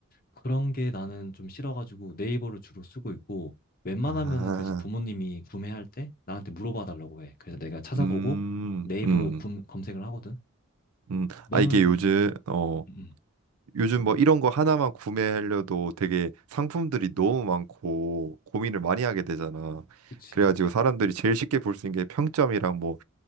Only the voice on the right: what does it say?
아,
음,
음,
음.
아, 이게 요즘,
어,
요즘
뭐
이런 거 하나만 구매하려도 되게 상품들이 너무 많고 고민을 많이 하게 되잖아.
그래가지고 사람들이 제일 쉽게 볼 수 있는 게 평점이랑 뭐